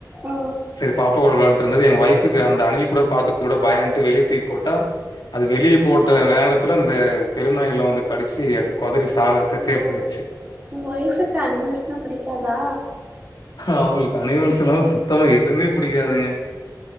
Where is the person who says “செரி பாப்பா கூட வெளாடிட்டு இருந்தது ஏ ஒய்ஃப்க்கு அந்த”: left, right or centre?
Left